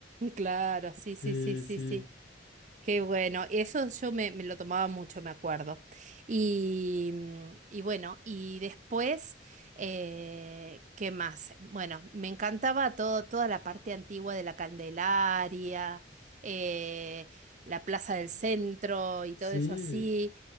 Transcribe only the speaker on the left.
Sí,
sí,
sí.